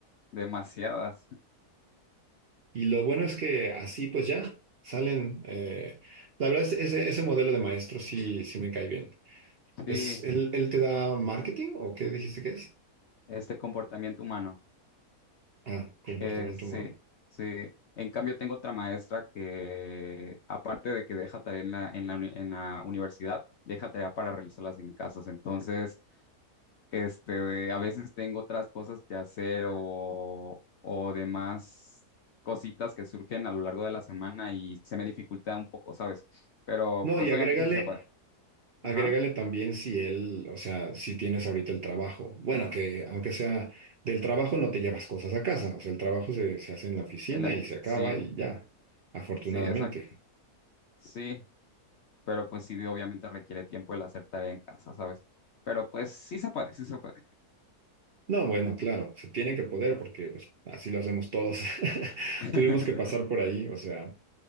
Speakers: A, on the left; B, on the right.
A: demasiadas.
B: Y lo bueno es que así pues ya salen, eh, la verdad es ese, ese modelo de maestro sí, sí me cae bien. ¿Es,
A: Sí,
B: él, él te da marketing o qué dijiste que es?
A: este comportamiento humano.
B: Ah, comportamiento
A: Eh, sí,
B: humano.
A: sí. En cambio, tengo otra maestra que, aparte de que deja tarea en la, en la, uni- en la universidad, deja tarea para realizarlas en casas. Entonces, este, de a veces tengo otras cosas que hacer o, o demás cositas que surgen a lo largo de la semana y se me dificulta un poco, ¿sabes? Pero
B: No,
A: pues
B: y agrégale
A: obviamente sí se puede. Ajá.
B: Agrégale también si él, o sea, si tienes ahorita el trabajo. Bueno, que aunque sea del trabajo no te llevas cosas a casa. O sea, el trabajo se, se hace en la oficina
A: En la-
B: y se acaba
A: sí,
B: y ya, afortunadamente.
A: sí, exacto. Sí, pero pues sí, obviamente requiere tiempo el hacer tarea en casa, ¿sabes? Pero pues sí se puede, sí se puede.
B: No, bueno, claro, se tiene que poder porque pues así lo hacemos todos. <laughs>
A: <laughs>
B: Tuvimos que pasar por ahí, o sea,